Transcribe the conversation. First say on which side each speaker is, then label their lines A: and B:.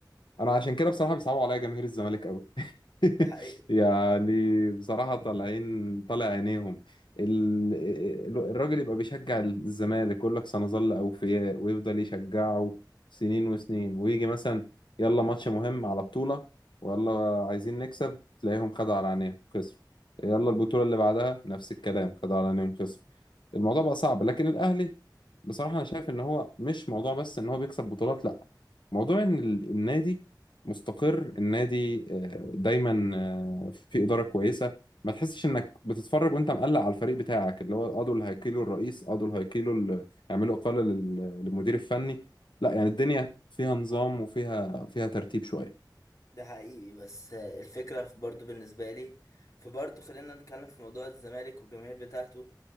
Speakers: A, on the left (about 85°); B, on the left (about 45°).
A: انا عشان كده بصراحه بيصعبوا عليا جماهير الزمالك قوي <laughs>
B: ده حقيقي
A: يعني بصراحه طالعين طالع عينيهم ال... ال- الراجل يبقى بيشجع الزمالك يقول لك سنظل اوفياء ويفضل يشجعه سنين وسنين ويجي مثلا يلا ماتش مهم على بطوله ويلا عايزين نكسب تلاقيهم خدوا على عينيهم خسروا يلا البطوله اللي بعدها نفس الكلام خدوا على عينيهم خسروا الموضوع بقى صعب لكن الاهلي بصراحه انا شايف ان هو مش موضوع بس ان هو بيكسب بطولات لا موضوع ان ال- النادي مستقر النادي آه، دايما آه، في إدارة كويسة ما تحسش انك بتتفرج وانت مقلق على الفريق بتاعك اللي هو اه دول هيقيلوا الرئيس اه دول هيقيلوا ال- هيعملوا إقالة لل- للمدير الفني لا يعني الدنيا فيها نظام وفيها فيها ترتيب شوية
B: ده حقيقي بس الفكره برضو بالنسبه لي فبرضو خلينا نتكلم في موضوع الزمالك والجماهير بتاعته